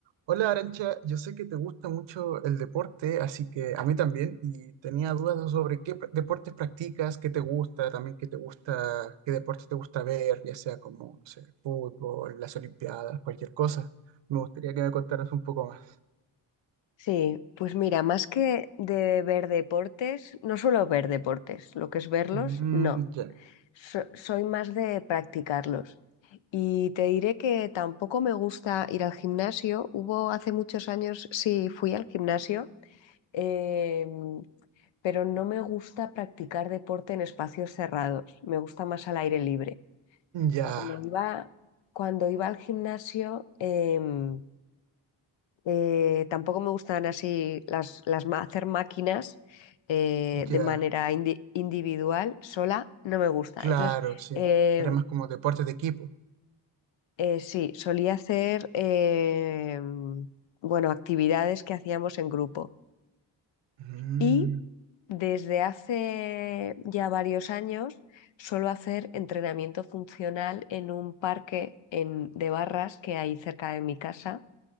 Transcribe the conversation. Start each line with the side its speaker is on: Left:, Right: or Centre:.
Right: Hola Arancha, yo sé que te gusta mucho el deporte, así que a mí también, y tenía dudas sobre qué pr- deportes practicas, qué te gusta, también qué te gusta, qué deportes te gusta ver, ya sea como, no sé, fútbol, las olimpiadas, cualquier cosa. Me gustaría que me contaras un poco más.
Left: Sí, pues mira, más que de ver deportes, no suelo ver deportes, lo que es verlos,
Right: Mm,
Left: no.
Right: ya,
Left: So- soy más de practicarlos. Y te diré que tampoco me gusta ir al gimnasio. Hubo hace muchos años, sí, fui al gimnasio, eh, pero no me gusta practicar deporte en espacios cerrados. Me gusta más al aire libre.
Right: ya,
Left: Cuando iba, cuando iba al gimnasio, em, Eh, tampoco me gustan así las, las ma- hacer máquinas eh, de
Right: ya,
Left: manera indi- individual, sola, no me gusta.
Right: claro,
Left: Entonces,
Right: sí.
Left: eh,
Right: Era más como deportes de equipo.
Left: eh, sí, solía hacer, eh, bueno, actividades que hacíamos en grupo.
Right: Mm,
Left: Y desde hace ya varios años suelo hacer entrenamiento funcional en un parque en- de barras que hay cerca de mi casa,